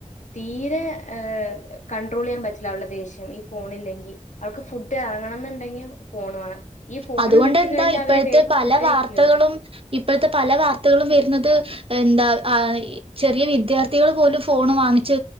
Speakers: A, on the left (about 75°); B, on the right (about 45°).
A: തീരെ ഏ കൺണ്ട്രോൾ ചെയ്യാൻ പറ്റില്ല അവളുടെ ദേഷ്യം ഈ ഫോണില്ലെങ്കി അവൾക്ക് ഫുഡ് ഇറങ്ങണം എന്നുണ്ടെങ്കി ഫോണ് വേണം ഈ ഫോണ്
B: അതുകൊണ്ട്
A: കിട്ടി
B: എന്താ
A: കഴിഞ്ഞാ
B: ഇപ്പോഴത്തെ
A: അവര് വേഗം
B: പല
A: ഫുഡ്
B: വാർത്തകളും
A: കഴിക്കോ
B: ഇപ്പോഴത്തെ പല വാർത്തകളും വരുന്നത് എന്താ ആ ചെറിയ വിദ്യാർത്ഥികൾ പോലും ഫോണ് വാങ്ങിച്ച്